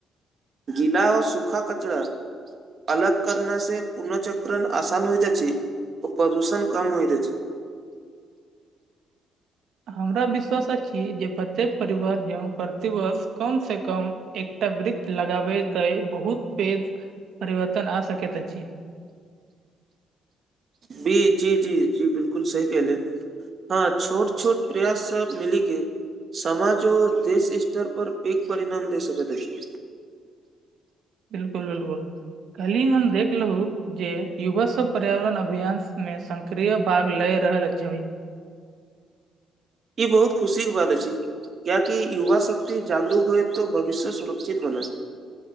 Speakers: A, on the right; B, on the right.
A: गिला आओर सूखा कचरा अलग करनास पूर्ःचक्रण आसान होइत अछि ओ प्रदूषण कम होइत अछि
B: हमरा विश्वास अछी जे प्रत्येक परिवार जऽ प्रतिवर्ष कम से कम एकटा वृक्ष लगाबे त बहुत पेज परिवर्तन आ सकैत अछि <inaudible>
A: बी जी जी जी बिल्कुल सही कहले हँ छोट छोट प्रयास सब मिली के समाज ओ देश स्तर पर पैघ परिणाम दे सकैत अछि
B: बिल्कुल बिल्कुल काली हम देखलहु जे युवा सब पर्यावरण अभियान मे सक्रिय भाग लय रहल अक्षवी
A: ई बहुत खुशी के बात अछी क्याकि युवा शक्ति जागरूक होए तो भविष्य सुरक्षित बनत